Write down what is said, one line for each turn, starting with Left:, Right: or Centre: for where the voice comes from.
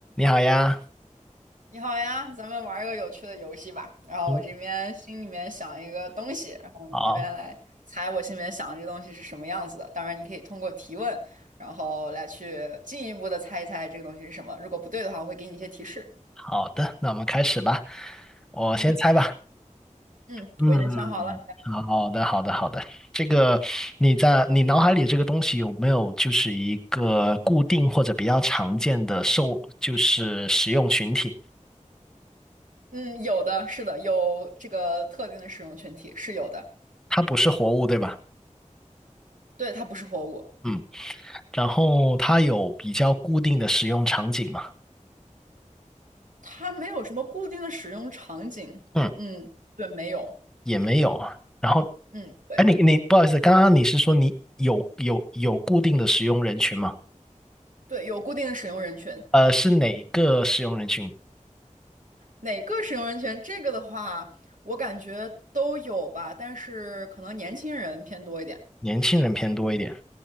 Centre: 你好呀，
Right: 你好呀，咱们玩儿个有趣的游戏吧。然后我这边心里面想一个东西，
Centre: 嗯，
Right: 然后你那边来猜我心里面想的这个东西是什么样子的。
Centre: 好
Right: 当然，你可以通过提问，然后来去进一步的猜一猜这个东西是什么。如果不对的话，我会给你一些提示。
Centre: 好的，那我们开始吧。我先猜吧。
Right: 嗯嗯，
Centre: 嗯，
Right: 我已经想好了。
Centre: 好的，好的，好的。这个你在你脑海里这个东西有没有就是一个固定或者比较常见的受就是使用群体？
Right: 嗯，有的，是的，有这个特定的使用群体是有的。
Centre: 它不是活物，对吧？
Right: 对，它不是活物，
Centre: 嗯，然后它有比较固定的使用场景吗？
Right: 它没有什么固定的使用场景。
Centre: 嗯，
Right: 嗯，对，没有。
Centre: 也没有啊。然后，
Right: 嗯，对
Centre: 哎，你你不好意思，刚刚你是说你有有有固定的使用人群吗？
Right: 对，有固定的使用人群。
Centre: 呃，是哪个使用人群？
Right: 哪个使用人群？这个的话，我感觉都有吧，但是可能年轻人偏多一点。
Centre: 年轻人偏多一点，